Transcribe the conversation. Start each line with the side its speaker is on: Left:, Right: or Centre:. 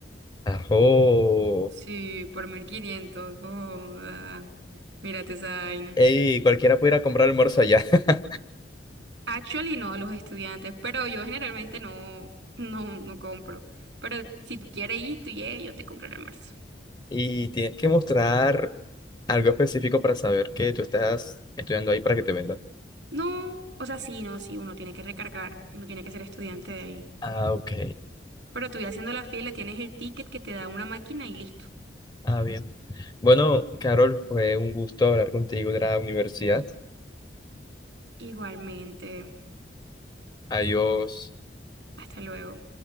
Left: Ajo.
Right: Sí, por 1500. Joda. Mírate esa vaina.
Left: Ey, cualquiera puede ir a comprar almuerzo allá. <laughs>
Right: Actually no, los estudiantes, pero yo generalmente no, no, no compro. Pero si tú quieres ir, tú ye, yo te compro el almuerzo.
Left: Y tienes que mostrar algo específico para saber que tú estás estudiando ahí para que te vendan.
Right: No, o sea, sí, no, sí, uno tiene que recargar, uno tiene que ser estudiante de ahí.
Left: Ah, ok.
Right: Pero tú ya haciendo la fila, tienes el ticket que te da una máquina y listo.
Left: Ah, bien. Bueno, Carol, fue un gusto hablar contigo de la universidad.
Right: Igualmente,
Left: Adiós.
Right: hasta luego.